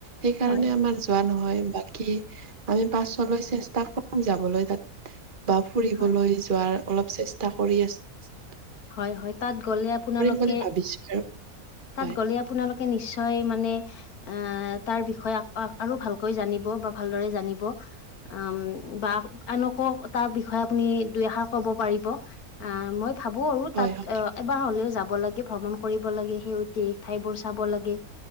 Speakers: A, on the right; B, on the left.
A: সেইকাৰণে
B: হয়
A: আমাৰ যোৱা নহয়। বাকী, আমি পাছলৈ চেষ্টা কৰিম যাবলৈ তাত। বা ফুৰিবলৈ
B: হয়
A: যোৱাৰ অলপ চেষ্টা কৰি আছো।
B: হয়, হয়, তাত গ'লে আপোনালোকে,
A: বুলি ভাবিছো আৰু
B: তাত
A: হয়,
B: গ'লে আপোনালোকে নিশ্চয় মানে এ, তাৰ বিষয়ে আৰু ভালকৈ জানিব বা ভালদৰে জানিব। <unintelligible> আনকো তাৰ বিষয়ে আপুনি দুই এষাৰ ক'ব পাৰিব, আহ, মই ভাবো আৰু,
A: হয়,
B: তাত
A: হয়,
B: অ এবাৰ হ'লেও যাব লাগে, ভ্ৰমণ কৰিব লাগে। সেই ঐতিহাসিক ঠাইবোৰ চাব লাগে।